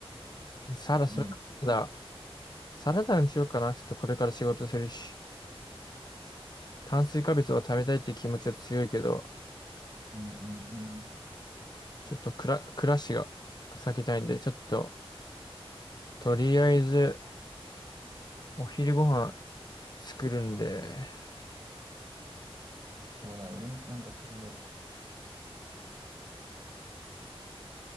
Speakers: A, on the left; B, on the right.
A: サラ、
B: いいね。
A: それからだ、サラダにしようかな。ちょっとこれから仕事するし、炭水化物を食べたいって気持ちは強いけど、
B: うんうんうん。
A: ちょっとくら、暮らしが避けたいんで、ちょっと、とりあえず、お昼ご飯作るんで、
B: そうだね。俺もなんか食べよ